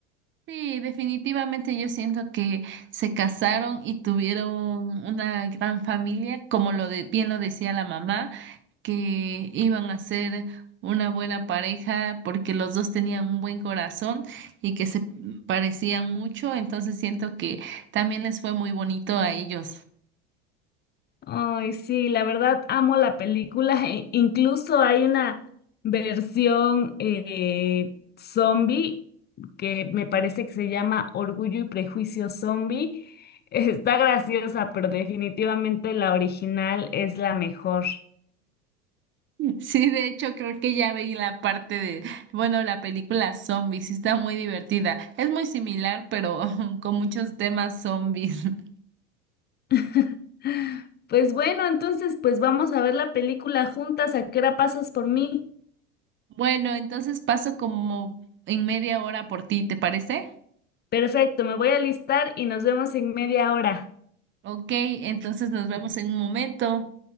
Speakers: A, on the right (about 35°); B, on the left (about 30°).
A: Sí, definitivamente yo siento que se casaron y tuvieron una gran familia, como lo de, bien lo decía la mamá, que iban a ser una buena pareja porque los dos tenían un buen corazón y que se parecían mucho, entonces siento que también les fue muy bonito a ellos.
B: Ay, sí, la verdad amo la película. e- incluso hay una versión eh, zombie que me parece que se llama Orgullo y Prejuicio Zombie. <laughs> Está graciosa, pero definitivamente la original es la mejor.
A: Sí, de hecho creo que ya veí la parte de, bueno, la película Zombies, sí está muy divertida. Es muy similar, pero <laughs> con muchos temas zombies. <laughs>
B: <laughs> Pues bueno, entonces pues vamos a ver la película juntas. ¿A qué hora pasas por mí?
A: Bueno, entonces paso como en media hora por ti, ¿te parece?
B: Perfecto, me voy a listar y nos vemos en media hora.
A: Ok, entonces nos vemos en un momento.